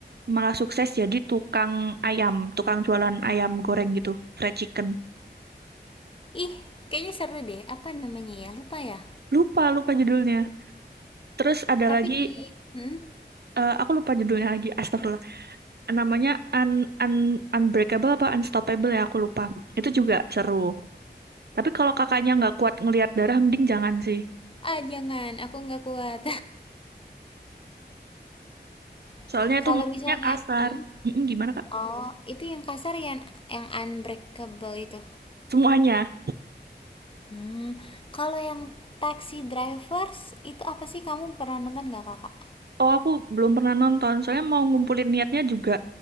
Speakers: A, on the right; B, on the left.
A: malah sukses jadi tukang ayam, tukang jualan ayam goreng gitu, fried chicken.
B: ih kayaknya seru deh apa namanya ya lupa ya
A: Lupa, lupa judulnya. Terus ada
B: tapi
A: lagi,
B: di hmm?
A: eh, aku lupa judulnya lagi, astagfirullah. Namanya Un Un Unbreakable apa Unstoppable ya, aku lupa. Itu juga seru. Tapi kalau kakaknya nggak kuat ngelihat darah, mending jangan sih.
B: ah jangan aku nggak kuat <laughs>
A: Soalnya itu
B: kalau
A: mulutnya
B: misalnya
A: kasar.
B: hmm?
A: Mm-mm, gimana kak?
B: oh itu yang kasar yang yang unbreakable itu
A: Semuanya.
B: Hmm, kalau yang Taxi Drivers itu apa sih kamu pernah nonton nggak kakak?
A: Oh aku belum pernah nonton. Soalnya mau ngumpulin niatnya juga